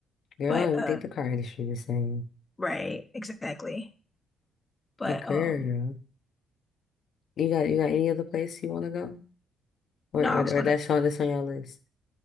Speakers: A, on the left; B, on the left.
A: Girl,
B: But
A: I don't
B: uh,
A: even think the car industry was saying.
B: right, exactly. But
A: But girl,
B: um,
A: you got you got any other place you want to go, or
B: no,
A: or,
B: I was gonna.
A: or that's on that's on your list?